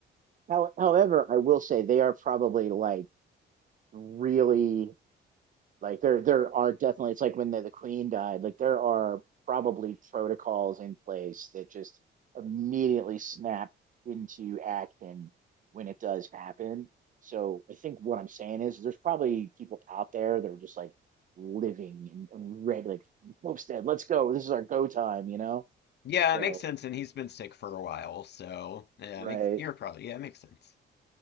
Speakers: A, on the right (about 40°); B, on the left (about 60°).
A: How, however, I will say they are probably like really Like there there are definitely it's like when the, the queen died, like there are probably protocols in place that just immediately snap into action when it does happen. So I think what I'm saying is there's probably people out there that are just like living and, and ready, like Homestead, let's go. This is our go time, you know?
B: Yeah,
A: So
B: it makes sense. And he's been sick for a while, so yeah,
A: right.
B: it makes you're probably yeah, it makes sense.